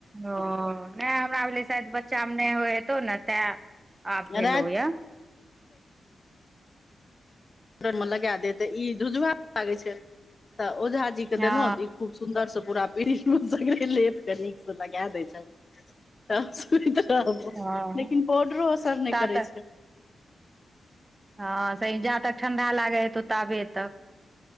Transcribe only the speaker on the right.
ओ नहि हमरा भेल शायद बच्चामे नहि होइ हयतौ ने तैं आब भेलो
या
हँ
हँ
ता
तक
हँ से जा तक ठण्डा लागै हे तौ ताबे तक